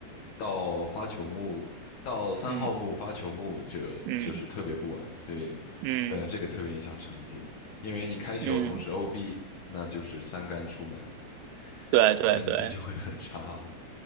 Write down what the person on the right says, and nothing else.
嗯嗯
嗯
嗯，
对对对。